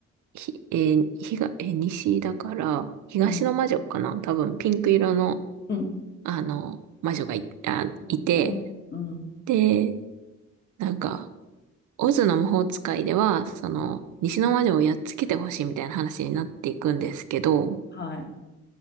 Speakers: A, on the right; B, on the left.
A: ひ、えーひが、えー西だから、東の魔女かな多分ピンク色の
B: うんうんうん
A: あの、魔女がい、あ、
B: うんうん
A: いて、で、なんか、オズの魔法使いでは、その、
B: うん
A: 西の魔女をやっつけてほしいみたいな話になっていくんですけど、
B: はい。